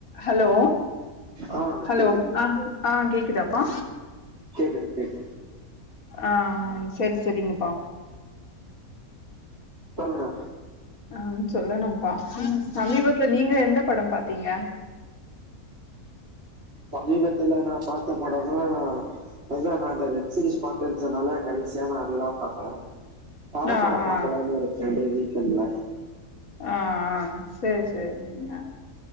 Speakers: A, on the left; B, on the right.
A: hello
B: ஆ
A: hello
B: கேக்குது
A: ஆ ஆ கேக்குதுதாப்பா
B: கேக்குது கேக்குது
A: ஆ சேரி சேரிங்கபா
B: சொல்லுங்க
A: அ சொல்லணும்பா சமீபத்துல நீங்க எந்த படம் பாத்தீங்க
B: சமீபத்துல நா பாத்தா படம்ன அதுதா நா அந்த வெப்சிரீஸ் பாத்தேன்னு சொன்னல்ல கடைசியா அதுதா பாத்தே தடப்படோ
A: ஆ ஆ
B: பாக்கலான் நெனச்சே அப்டே வீட்ல இருந்ததுனால
A: ஆ ஆ சேரி சேரிங்க